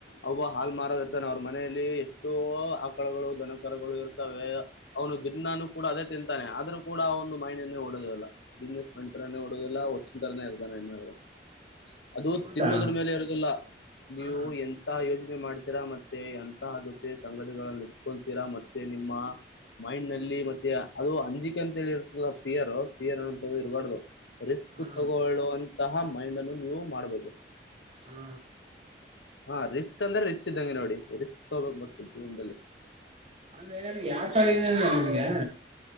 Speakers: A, on the left; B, on the right.
A: ಅವಬ್ಬ ಹಾಲ್ ಮಾರೋದ ಇರ್ತಾನೆ ಅವ್ರ ಮನೆಯಲ್ಲಿ ಎಷ್ಟೋ ಆಕಳಗಳು ದನಕರಗಳು ಇರ್ತವೆ ಅವನು ದಿನಾನು ಕೂಡ ಅದೇ ತಿಂತಾನೆ ಆದ್ರೂ ಕೂಡ ಒಂದು ಮೈನಸ್ ಓಡೋದಲ್ಲ ಬಿಸ್ನೆಸ್ ಬಂಟರನೇ ಓಡೋದಿಲ್ಲ ಹೊದಟಾರನೆೇ ಇರ್ತಾನೆ ಇನ್ನಾದ್ರು ಅದು
B: ಹೌದಾ
A: ತಿನ್ನೋದ್ರ ಮೇಲೆ ಇರೋದಿಲ್ಲ ನೀವು
B: ಹಾ
A: ಎಂತ ಯೋಜನೆ ಮಾಡ ತ ಮತ್ತೆ ಎಂತ ಜೊುತ್ತೆ ಸಂಘಟನ್ನ ಇಡ್ಕೊಳ್ತೀರಾ ಮತ್ತೆ ನಿಮ್ಮ ಮೈಂಡ್ ನಲ್ಲಿ ಮತ್ತೆ ಅದು ಅಂಜಿಕೆ ಅಂತ ಹೇಳಿ ಇರ್ತದ ಿಯರ್ ಿಯರ್ ಅಂತ ಇರಬಾರ್ದು ರಿಸ್
B: ಹಾ
A: ು ತಗೊಳ್ಳುವಂತಹ ಮೈಂಡ್ ಅನ್ನು ನೀವು ಮಾಡಬೇಕು
B: ಹಾ
A: ಹಾ ರಿಸ್ಕ್ ಅಂದ್ರೆ ರಿಚ್್ದಂಗೆ ನೋಡಿ ರಿಸ್ಕ್ ತಗೋಬಕ್ ಬರ್ತತ್ತು ದೀನದಲ್ಲಿ
B: ಅಂದ ನ್ರ ಯಾವ ತರ ಅ ನಿನ್ಗೆ